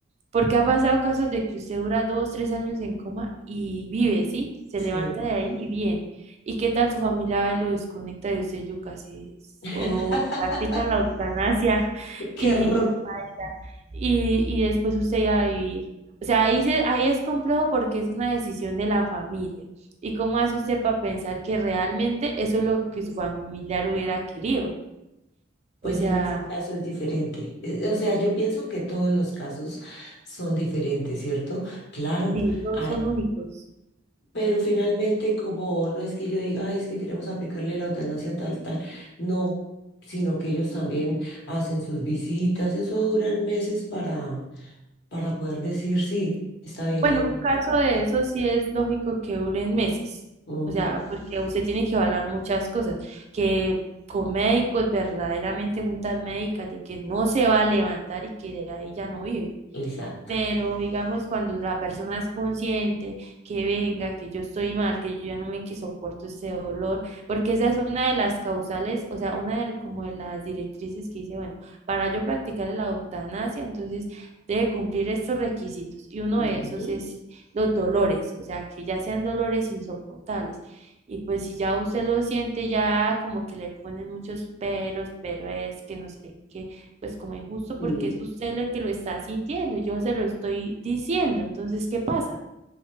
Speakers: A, on the right; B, on the left.
A: porque ha pasado casos de que usted dura dos, tres años en coma y vive, ¿sí? Se
B: sí.
A: levanta de ahí y bien. ¿Y qué tal su familia lo desconecta de usted, yuca? Se-
B: <laughs>
A: o le practican la eutanasia <laughs> y,
B: Qué error
A: y paila. Y, y después usted va a vivir. O sea, ahí, se, ahí es complejo porque es una decisión de la familia. ¿Y cómo hace usted para pensar que realmente eso es lo que su familiar hubiera querido?
B: Pues
A: O sea,
B: en ese caso es diferente. Eh, O sea, yo pienso que todos los casos son diferentes, ¿cierto? Claro,
A: sí, todos
B: ah,
A: son únicos.
B: pero finalmente como no es que yo diga, ay, es que queremos aplicarle la eutanasia tal, tal, no, sino que ellos también hacen sus visitas, eso duran meses para, para poder decir, sí, está bien,
A: Bueno,
B: le voy
A: un caso
B: a
A: de
B: aplicar".
A: eso sí es lógico que duren meses,
B: Ujú,
A: o sea, porque usted tiene que evaluar muchas cosas, que con médicos verdaderamente juntas médicas, de que no se va a levantar y que de ahí ya no vive.
B: exacto.
A: Pero digamos, cuando la persona es consciente que venga, que yo estoy mal, que yo ya no me que soporto ese dolor, porque esa es una de las causales, o sea, una de, como de las directrices que dice, bueno, para yo practicar la eutanasia, entonces debe cumplir estos requisitos. Y uno
B: Ujú,
A: de esos es los dolores, o sea, que ya sean dolores insoportables. Y pues si ya usted lo siente, ya como que le ponen muchos peros, pero es que no sé qué pues como injusto
B: sí.
A: porque es usted el que lo está sintiendo, yo se lo estoy diciendo, entonces, ¿qué pasa?